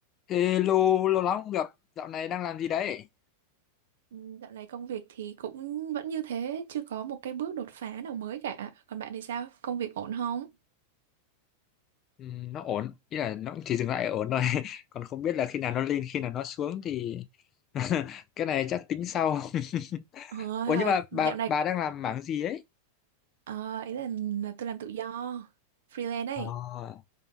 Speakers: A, on the left (about 30°); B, on the right (about 60°).
A: Ê, lâu lâu lắm không gặp dạo này đang làm gì đấy
B: Ừm, Dạo này công việc thì cũng vẫn như thế, chưa có một cái bước đột phá nào mới cả. Còn bạn thì sao? Công việc ổn không?
A: ừ, nó ổn ý là nó cũng chỉ dừng lại ở ổn thôi <laughs> còn không biết là khi nào nó lên khi nào nó xuống thì <laughs> cái này chắc tính sau
B: Ờ,
A: <laughs> ủa nhưng mà
B: dạo
A: bà
B: này
A: bà đang làm mảng gì ấy
B: ờ, ý là, là tôi làm tự do, freelance ấy.
A: à,